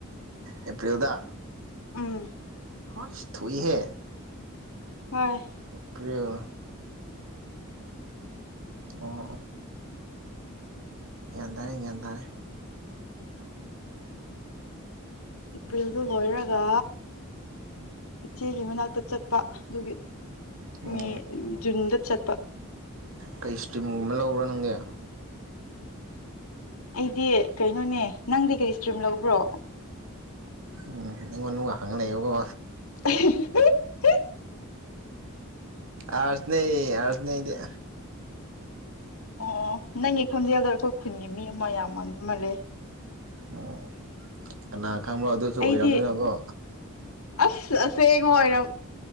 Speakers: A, on the right (about 65°); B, on the left (about 90°).
A: ꯑꯦꯄꯔꯤꯜꯗ
B: ꯎꯝ
A: ꯍꯣꯏ ꯏꯁ ꯊꯨꯏꯍꯦ
B: ꯍꯣꯏ
A: ꯏꯄ꯭ꯤꯜ ꯑꯣ ꯒꯋꯟ ꯇꯥꯔꯦ ꯌꯒꯌꯟ ꯇꯥꯔꯦ
B: ꯏꯄ꯭ꯔꯤꯜꯗꯨ ꯂꯣꯏꯔꯒ ꯏꯆꯦꯒꯤ ꯃꯅꯥꯛꯇ ꯆꯠꯄ ꯑꯗꯨꯒꯤ
A: ꯑꯣ
B: ꯃꯦ ꯖꯨꯟꯗ ꯆꯠꯄ
A: ꯀꯩ ꯏꯁꯇ꯭ꯔꯤꯝꯒꯨꯝꯕ ꯂꯧꯕꯔꯣ ꯅꯪꯅꯦ
B: ꯑꯩꯗꯤ ꯀꯩꯅꯣꯅꯦ ꯅꯪꯗꯤ ꯀꯔꯤ ꯏꯁꯇ꯭ꯔꯤꯝ ꯂꯧꯕ꯭ꯔꯣ
A: ꯎꯝ ꯑꯩꯉꯣꯟ ꯅꯨꯡ ꯋꯥ ꯈꯪ ꯂꯩꯕꯀꯣ
B: <inaudible>
A: ꯑꯔꯁꯅꯦ ꯑꯔꯁ ꯅꯦ ꯑꯩꯗ
B: ꯑꯣ ꯑꯣ ꯅꯪꯒꯤ ꯈꯣꯟꯖꯦꯜꯗꯣ ꯑꯩꯈꯣꯏ ꯈꯨꯟꯒꯤ ꯃꯤ ꯑꯃ ꯌꯥꯝ ꯃꯥꯟꯕ ꯑꯃꯥ ꯂꯩ
A: ꯑꯣ ꯀꯅꯥ ꯈꯪꯕꯣ ꯑꯗꯨꯁꯨ ꯑꯣꯏꯔꯝꯅꯤꯅꯣꯀꯣ
B: ꯑꯩꯗꯤ ꯑꯁ ꯑꯁ ꯑꯩꯉꯣ ꯑꯣꯏꯔꯝ